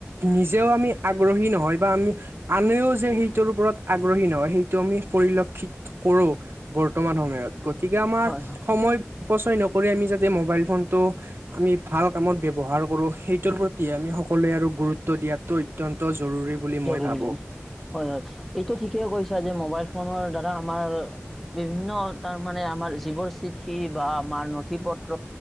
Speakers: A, on the right; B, in the centre.
A: নিজেও আমি আগ্ৰহী নহয় বা আমি আনেও যে সেইটোৰ ওপৰত আগ্ৰহী নহয় সেইটো আমি পৰিল কৰো বৰ্তমান সময়ত গতিকে আমাৰ
B: হয়, হয়,
A: সময় অপচয় নকৰি আমি যাতে মোবাইল ফোনটো আমি ভাল কামত ব্যৱহাৰ কৰোঁ সেইটোৰ প্ৰতি আমি সকলোৱে আৰু গুৰুত্ব দিয়াতটো অত্যন্ত জৰুৰী বুলি
B: জৰুৰী
A: মই ভাবোঁ।
B: হয় হয় এইটো ঠিকেই কৈছা যে মোবাইল ফোনৰ দ্বাৰা আমাৰ বিভিন্ন তাৰমানে আমাৰ যিবোৰ চিঠি বা আমাৰ নথি পত্ৰ